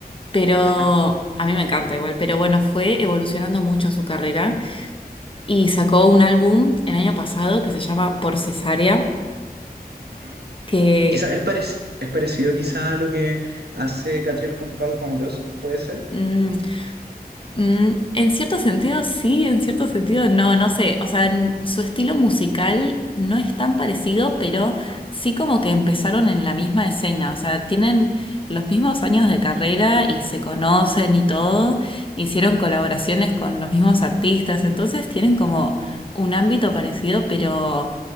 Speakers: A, on the left; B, on the right.
A: Pero
B: Ajá.
A: a mí me encanta igual, pero bueno, fue evolucionando mucho su carrera y sacó un álbum el año pasado que se llama Por Cesárea,
B: ujú.
A: que
B: Quizá es, parec- es parecido quizá a lo que hace Catriel con Paco Amoroso, ¿puede ser?
A: mm, Mm, en cierto sentido sí, en cierto sentido no, no sé, o sea, n- su estilo musical no es tan parecido, pero sí
B: Ujú.
A: como que empezaron en la misma escena, o sea, tienen los mismos años de carrera y se conocen y todo, hicieron colaboraciones con los mismos artistas, entonces tienen como un ámbito parecido, pero,